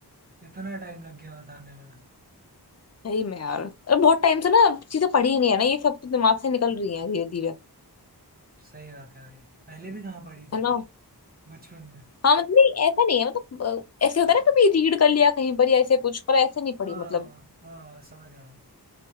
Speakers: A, on the right (about 20°); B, on the left (about 40°).
A: इतना टाइम लग गया बताने में
B: सही में यार और बहुत टाइम से ना चीजें पढ़ी ही नहीं है ना ये सब तो दिमाग से निकल रही है धीरे धीरे
A: सही बात है भाई पहले भी कहाँ पढ़ी थी
B: है ना
A: बचपन में
B: हाँ मतलब नहीं ऐसा नहीं है मतलब अ, ऐसे होता है ना कभी रीड कर लिया कहीं पर या ऐसे कुछ पर ऐसे नहीं पढ़ी
A: हाँ
B: मतलब
A: हाँ समझ रहा हूँ